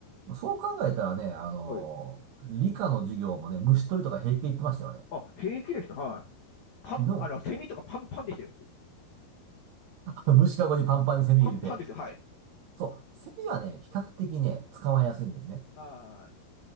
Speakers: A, on the right; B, on the left.
A: ーそう考えたらね、あのー理科の授業もね、
B: はい。
A: 虫取りとか平気で言ってましたよね。
B: あ、平気でした。はい。パン、
A: 今も、
B: あの、セミとかパンパンでしたよ、僕。
A: 虫かごにパンパンにセミ入れて。
B: パンパンですよ、はい。
A: そう、セミはね、比較的ね、捕まえやすいんですね。
B: はい。あ